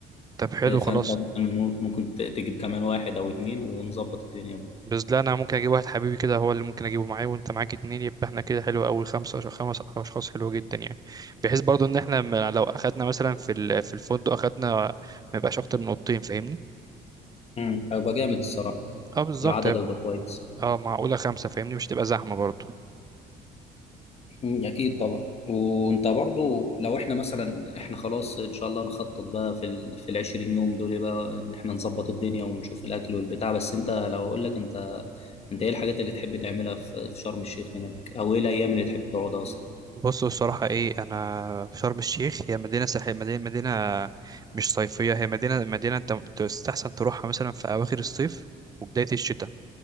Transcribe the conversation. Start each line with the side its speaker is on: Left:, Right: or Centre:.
Right: طب حلو خلاص
Left: فانت ممكن ممكن تجيب كمان واحد او اتنين ونظبط الدنيا
Right: بس لا انا ممكن اجيب واحد حبيبي كده هو اللي ممكن اجيبه معايا وانت معاك اتنين يبقى احنا كده حلو قوي خمسة عشان خمس اشخاص حلو جدا يعني بحيث برضو ان احنا ما- لو اخدنا مثلا في ال- في الفندق اخدنا ما يبقاش اكتر من اوضتين فاهمني
Left: امم هيبقى جامد الصراحه
Right: اه بالظبط
Left: العدد
Right: هيبقى-
Left: هيبقى كويس
Right: اه معقولة خمسة فاهمني مش تبقى زحمة برضو
Left: مم. اكيد طبعا وانت برضو لو احنا مثلا احنا خلاص ان شاء الله نخطط بقى في ال في العشرين يوم دول بقى ان احنا نظبط الدنيا ونشوف الاكل والبتاع بس انت لو اقول لك انت انت ايه الحاجات اللي تحب تعملها في في شرم الشيخ هناك او ايه الايام اللي تحب تقعدها اصلا
Right: بص الصراحة إيه أنا في شرم الشيخ هي مدينة ساحلية مدينة مدينة مش صيفية هي مدينة مدينة أنت تستحسن تروحها مثلا في أواخر الصيف وبداية الشتاء